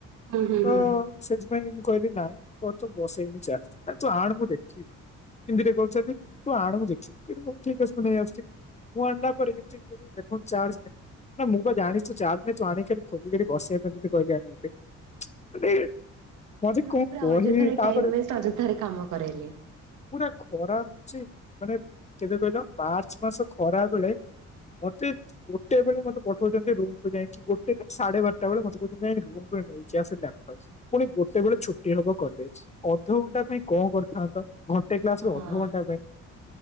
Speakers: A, on the right (about 75°); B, on the left (about 20°).
A: ହୁଁ ହୁଁ
B: ତ
A: ହୁଁ
B: ସେଥିପାଇଁ ମୁଁ କହିଲି ନାଇଁ ତର ତ ବସେଇନି ଚାର୍ଜ ନାଁ ତୁ ଆଣ ମୁଁ ଦେଖିବି। ହିନ୍ଦି ରେ କହୁଛନ୍ତି। ତୁ ଆଣ ମୁଁ ଦେଖିବି ମୁକହିଲି ହଉ ଠିକ ମୁଁ ନେଇ ଆସୁଛି ମୁଁ ଆଣିଲା ପରେ ଯେମିତି କହିଲି ଦେଖନ୍ତୁ ଚାର୍ଜ ନାହିଁ। ନା ମୁଁ ବା ଜାଣିଛୁ ଚାର୍ଜ ନାହିଁ ତୁ ଆଣି ଖାଲି ଖୋଲିିକି ଏଠି ବସିବା ପାଇଁ ତତେକହିଲି ଆଣିବା ପାଇଁ। ମାନେ ମତେ
A: ମାନେ
B: କଣ
A: ପୁରା
B: କହିବି
A: ଅଯଥାରେ
B: ତାପରେ
A: ଟାଇମ ୱଷ୍ଟ ଅଯଥାରେ କାମ କରାଇଲେ।
B: ପୁରା ଖରା ରହୁଛି ମାନେ କେବେ କହିଲ ମାର୍ଚ୍ଚ ମାସ ଖରା ବେଳେ ମତେ ଗୋଟେ ବେଳେ ମତେ ପଠଉଛନ୍ତି ରୁମକୁୁ ଯାଇକି ଗୋଟେ ନା? ସାଢେ ବାରଟା ବେଳେ ମତେ କହୁଛନ୍ତି ଯାଇଁକି ରୁମ ରୁ ନେଇକି ଆସ ଲ୍ୟାପଟପ୍। ପୁଣି ଗୋଟେ ବେଳେ ଛୁଟି ହବ କଲେଜ ଅଧଘଣ୍ଟା ପାଇଁ କଣ କରିଥାନ୍ତ? ଘଣ୍ଟେ କ୍ଲାସ
A: ହଁ
B: ରେ ଅଧ ଘଣ୍ଟା ପାଇଁ